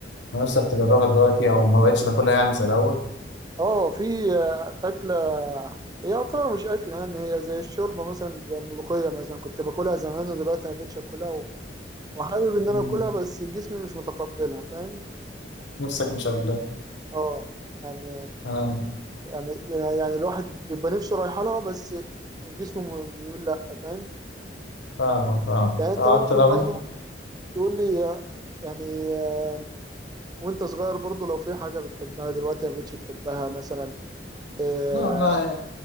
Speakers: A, on the left; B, on the right.
A: نفسك تجربها دلوقتي او ما بقتش تاكلها يعني زي الاول
B: اه في آه، أكلة هي يعتبر مش أكلة يعني هي زي الشوربة مثلا زي الملوخية مثلا كنت باكلها زمان ودلوقتي ما بقتش أكلها و- وحابب إن
A: مم.
B: أنا أكلها بس جسمي مش متقبلها فاهم
A: نفسك مش قابلها
B: اه يعني
A: اه
B: يعني يعني يعني الواحد بيبقى نفسه رايحة لها بس الجسم م- بيقول لأ فاهم
A: فاهم فاهم
B: يعني أنت
A: اه
B: ممكن
A: انت طب
B: برضو
A: انت
B: تقول لي آه، يعني آه، وأنت صغير برضو لو في حاجة بتحبها دلوقتي ما بقتش تحبها مثلا آه،
A: لا والله